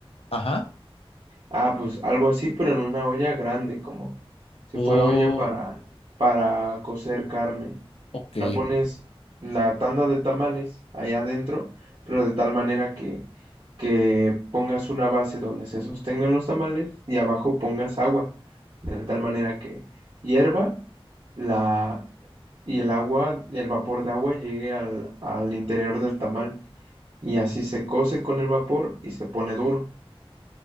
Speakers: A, on the left (about 75°); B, on the right (about 50°).
A: Ajá.
B: Ah, pues algo así, pero en una olla grande, como si
A: Oh,
B: fuera olla para, para cocer carne.
A: ok.
B: La pones la tanda de tamales allá adentro, pero de tal manera que, que pongas una base donde se sostengan los tamales y abajo pongas agua, de tal manera que hierva la, y el agua, el vapor de agua llegue al, al interior del tamal. Y así se cose con el vapor y se pone duro.